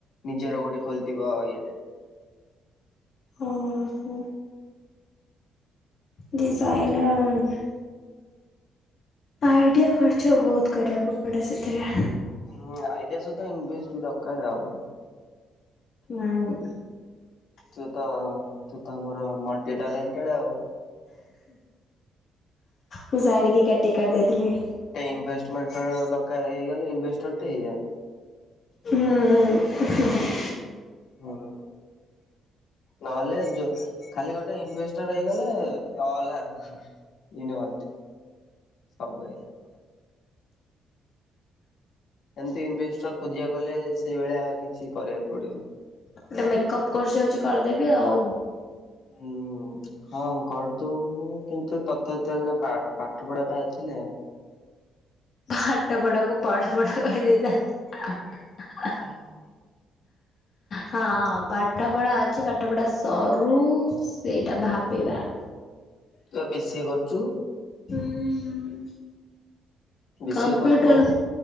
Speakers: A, on the left (about 70°); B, on the left (about 55°).
A: ନିଜର ଗୋଟେ ଖୋଲିଥିବ ଇଏଟେ
B: ଓହୋ। ଡିଜାଇନର। ଆଇଡ଼ିଆ ଖର୍ଚ୍ଚ ବହୁତ୍ କରିବାକୁ ପଡ଼େ ସେଥିରେ।
A: ହୁଁ ଆଇଡିଆ ସହିତ ଇନଭେଷ୍ଟ ଦରକାର ଆଉ।
B: ହୁଁ।
A: ତୁତ-ତୁତ ଆମର ମଲଟି ଟାଲେନ୍ଟେଡ୍ ଆଉ।
B: ମୁଁ ସାଇଡ଼ିକି କାଟି କରିଦେଇଥିଲି।
A: ଇନଭେଷ୍ଟମେଣ୍ଟର ଦରକାର ହେଇଗଲେ ଇନେଷ୍ଟରଟେ ଏଇଆ।
B: ହୁଁ ଉଁ ହୁ ହୁ।
A: ହଁ। ନହେଲେ ଯଉ ଖାଲି ଗୋଟେ ଇନଭେଷ୍ଟର ହେଇଗଲେ <unintelligible> ଇନଓଟ ସବୁ ହେଇଯିବା। ଏମିତି ଇନଭେଷ୍ଟା ଖୋଜିବାକୁ ଗଲେ ସେଇଭଳିଆ କିଛି କରିବାକୁ ପଡ଼ିବ।
B: ଗୋଟେ ମେକଅପ୍ କ୍ରୋର୍ସ ଯାଉଚି କରିଦେବି ଆଉ।
A: ଉୁଁ ହଁ କରିଦଉନୁ କିନ୍ତୁ ତଥାପି ତୁ ଏଇକ୍ଷିଣା ପା ପାଠପଢାଟା ଅଛି ନା
B: ପାଠପଢା କୁ ପାଡପଡା କହି ଦେଇଥାନ୍ତି।
A: ହୁଁ।
B: ହଁ ପାଠ ପଢା ଅଛି ପାଠ ପାଠପଢ ସରୁ ସେଇଟା ଭାବିବା।
A: ତୁବା ବିସି କରୁଚୁ?
B: ହୁଁ ହୁଁ ହୁଁ।
A: ବି
B: କମ୍ପ୍ୟୁଟର
A: ସି ଏ ପରେ ପୁଣି